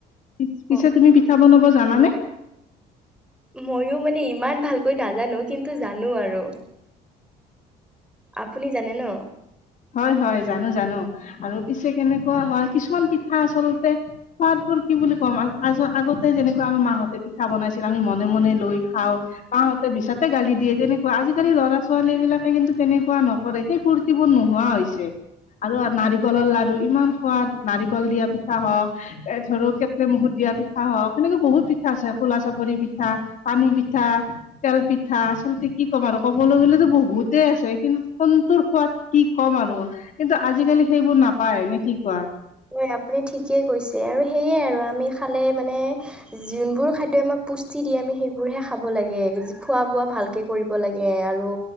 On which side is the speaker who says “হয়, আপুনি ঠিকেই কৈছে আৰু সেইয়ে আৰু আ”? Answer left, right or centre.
Centre